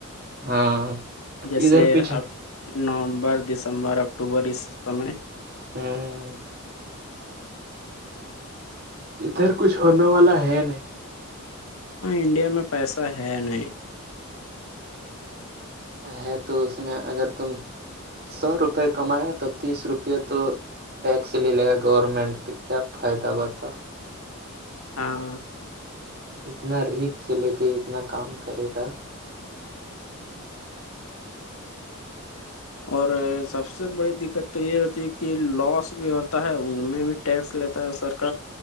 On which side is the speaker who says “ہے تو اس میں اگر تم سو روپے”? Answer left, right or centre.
Right